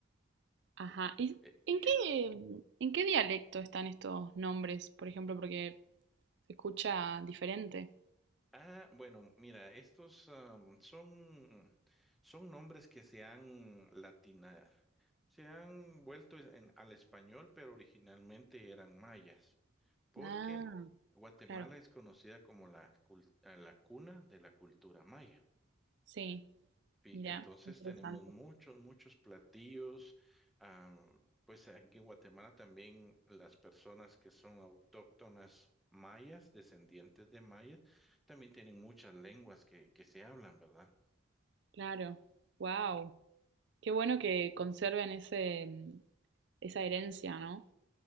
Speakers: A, on the right; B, in the centre.
A: Ajá. ¿Y
B: Eh,
A: en
B: el-
A: qué, en qué dialecto están estos nombres, por ejemplo? Porque se escucha diferente.
B: ah, bueno, mira, estos am, son, son nombres que se han latina, se han vuelto e, en- al español, pero originalmente eran mayas, porque
A: Ah,
B: Guatemala
A: claro.
B: es conocida como la, cul- la cuna de la cultura maya.
A: Sí,
B: Pi-
A: mira,
B: Entonces
A: interesante.
B: tenemos muchos, muchos platillos. am, pues aquí en Guatemala también las personas que son autóctonas mayas, descendientes de mayas, también tienen muchas lenguas que, que se hablan, ¿verdad?
A: Claro, wow, qué bueno que conserven ese, mm, esa herencia, ¿no?